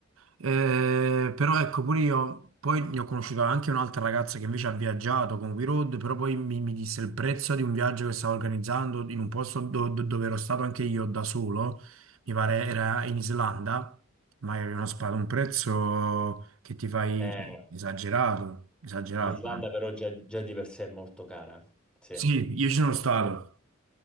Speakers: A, on the right (about 75°); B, in the centre.
A: Eh, però ecco, pure io, poi ne ho conosciuto anche un'altra ragazza che invece ha viaggiato con WeRoad, però poi mi, mi disse il prezzo di un viaggio che stavo organizzando in un posto do- do- dove ero stato anche io da solo, mi pare era in Islanda, ma era uno spa- un prezzo che ti fai
B: Eh,
A: cioè, esagerato, esagerato.
B: l'Islanda però già, già di per sé è molto cara. Sì.
A: Sì,
B: Ci
A: io ci sono stato.